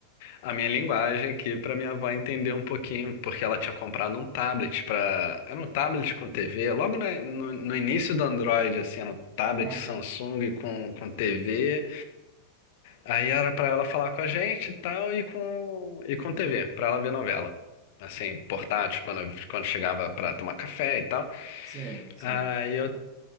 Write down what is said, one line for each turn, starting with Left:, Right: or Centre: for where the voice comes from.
Left: a minha linguagem aqui para minha avó entender um pouquinho, porque ela tinha comprado um tablet para, era um tablet com TV, logo na- no, no início do Android, assim, era um tablet
Right: Ah,
Left: Samsung com, com TV. Aí era para ela falar com a gente e tal e com e com TV, para ela ver novela. Assim, portátil, quando, quando chegava para tomar café e tal.
Right: Sei, sei.
Left: Aí eu